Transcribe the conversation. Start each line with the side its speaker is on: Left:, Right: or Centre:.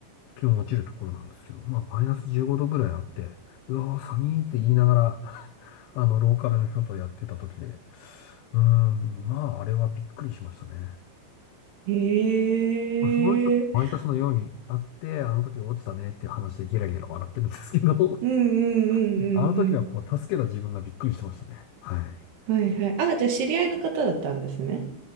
Left: 気温落ちるところなんですけど、まあ、マイナス15度ぐらいあって、うわー、寒いって言いながら <laughs> あの、ローカルの人とやってた時で、うーん、まあ、あれはびっくりしましたね。
Right: ええー、
Left: まあ、その人、毎年のようにあって、あの時落ちたねっていう話でゲラゲラ笑ってるんですけど、<laughs>
Right: うんうん
Left: あの時はこう、
Right: うんうん
Left: 助けた自分がびっくりしてましたね。はい。
Right: はいはい。あ、じゃあ知り合いの方だったんですね。